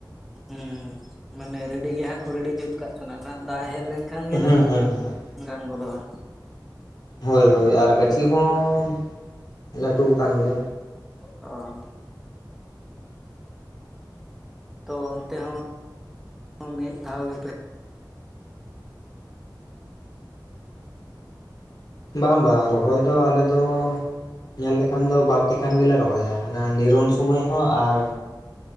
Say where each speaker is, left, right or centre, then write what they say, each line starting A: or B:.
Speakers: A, in the centre; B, on the left (about 60°).
A: ᱦᱩᱸ ᱢᱟᱱᱮ ᱨᱮᱰᱤ ᱜᱮ ᱦᱟᱸᱜ ᱠᱚ ᱨᱮᱰᱤ ᱡᱩᱛ ᱠᱟᱜ ᱠᱟᱱᱟ ᱱᱟᱜ ᱫᱟᱜ ᱦᱮᱡ ᱞᱮᱱ ᱠᱷᱟᱱ ᱜᱮ
B: ᱦᱩᱸ
A: ᱱᱟᱜ
B: ᱦᱩᱸ ᱦᱩᱸ
A: ᱜᱟᱱ ᱜᱚᱫᱚᱜ-ᱟ᱾
B: ᱦᱳᱭ ᱦᱳᱭ ᱟᱨ ᱜᱟᱹᱪᱷᱤ ᱦᱚᱸ ᱞᱟᱹᱴᱩ ᱠᱟᱱ ᱜᱮᱭᱟ᱾
A: ᱚ᱾ ᱛᱚ ᱚᱱᱛᱮ ᱦᱚᱸ ᱢᱤᱫ ᱫᱷᱟᱣ ᱜᱮᱯᱮ?
B: ᱵᱟᱝ ᱵᱟᱝ ᱨᱚᱦᱚᱭ ᱫᱚ ᱟᱞᱮ ᱫᱚ ᱧᱮᱞ ᱞᱮᱠᱷᱟᱱ ᱫᱚ ᱵᱟᱨ ᱛᱮᱠᱷᱟᱱ ᱜᱮᱞᱮ ᱨᱚᱦᱚᱭᱟ ᱚᱱᱟ ᱱᱤᱨᱚᱱ ᱥᱩᱢᱟᱹᱭ ᱦᱚᱸ ᱟᱨ